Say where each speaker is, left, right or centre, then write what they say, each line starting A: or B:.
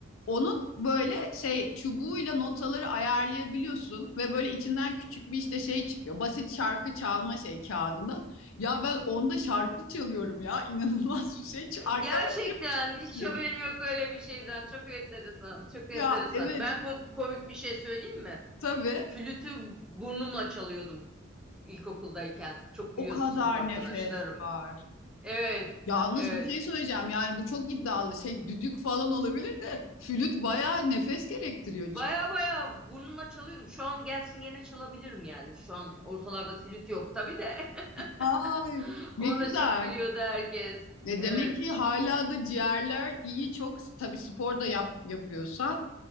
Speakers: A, on the left; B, in the centre.
A: Onun böyle şey çubuğuyla notaları ayarlayabiliyorsun ve böyle içinden küçük bir işte şey çıkıyor. Basit şarkı çalma şey kağıdından. Ya ben onda şarkı çalıyorum ya. inanılmaz bir şey. Ç- Arkadaşlarım
B: Gerçekten
A: çok
B: hiç
A: biliyor.
B: haberim yok öyle bir şeyden. Çok enteresan, çok enteresan.
A: Ya evet
B: Ben kom- komik bir şey söyleyeyim mi?
A: tabii
B: Flütü burnumla çalıyordum ilkokuldayken. Çok biliyordu
A: o kadar
B: sınıf arkadaşlarım.
A: nefes var.
B: Evet,
A: Yalnız
B: evet.
A: bir şey söyleyeceğim yani bu çok iddialı şey düdük falan olabilir de flüt bayağı nefes gerektiriyor
B: Baya
A: çünkü.
B: baya burnumla çalıyordum. Şu an gelsin gene çalabilirim yani. Şu an ortalarda flüt yok tabii de.
A: Ay
B: <laughs>
A: ne
B: Ona
A: güzel.
B: çok gülüyordu herkes.
A: E
B: Evet.
A: demek ki hala da ciğerler iyi çok tabii spor da yap, yapıyorsan